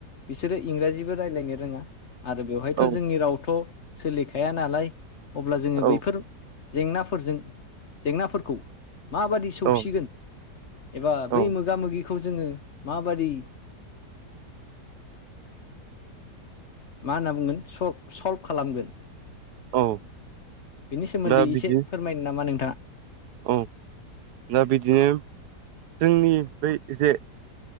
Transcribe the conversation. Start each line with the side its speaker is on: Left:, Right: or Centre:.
Left: बिसोरो इंराजिबो रायज्लायनो रोङा आरो बेवहायथ'
Right: औ
Left: जोंनि रावथ' सोलिखाया नालाय अब्ला जोङो
Right: औ
Left: बैफोर जेंनाफोरजों जेंनाफोरखौ माबादि सौसिगोन
Right: औ
Left: एबा बै
Right: औ
Left: मोगा मोगि खौ जोङो माबाददि मा होनना बुंगोन सल्भ खालामगोन
Right: औ
Left: बिनि सोमोन्दै
Right: दा
Left: एसे
Right: बिदि
Left: फोरमायनो नामा नोंथाङा
Right: औ दा बिदिनो जोंनि बै जे